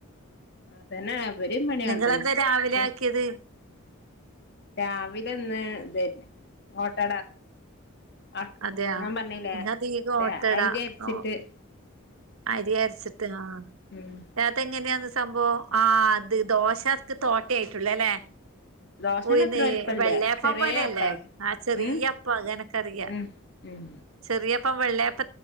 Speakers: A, on the left; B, on the right.
A: അതന്നേ ഇവരിം പണി
B: നിങ്ങളെന്താ
A: അതന്നെ
B: രാവിലെ
A: ആഹ്
B: ആക്കിയത്
A: രാവിലെന്ന് തേര്ന്ന് ഓട്ടട ആഹ്
B: അതെയാ
A: ഞാൻ പറഞ്ഞീല്ലേ
B: നിങ്ങ അധികം ഓട്ടടാ
A: അയ്രി അര്ടിച്ചിട്ട്
B: ഓ അരി അരച്ചിട്ട് ആഹ്
A: ഉം
B: അതെങ്ങനെയാന്ന് സംഭവം ആഹ് അത് ദോശക്ക് തോട്ടയായിട്ടുള്ള അല്ലേ
A: ദോശന്റെ
B: ഉയ്ന്ന്
A: അത്ര വലിപ്പല്ല
B: വെള്ളയപ്പം
A: ചെറിയ
B: പോലല്ലേ
A: അപ്പായിട്ട്
B: ആ ചെറിയപ്പം
A: ഉം
B: അതെനക്കറിയാ
A: ഉം ഉം
B: ചെറിയപ്പം വെള്ളയപ്പ